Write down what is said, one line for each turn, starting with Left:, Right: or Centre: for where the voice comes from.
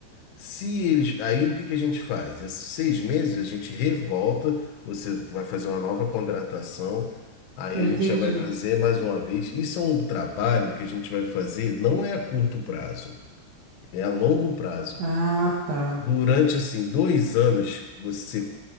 Left: Se eles. Aí o que que a gente faz? Esses seis meses a gente revolta, você vai fazer uma nova contratação, aí
Right: Eu
Left: a
Right: entendi.
Left: gente já vai fazer mais uma vez. Isso é um trabalho que a gente vai fazer, não é a curto prazo, é a longo prazo.
Right: Ah, tá.
Left: Durante assim dois anos, você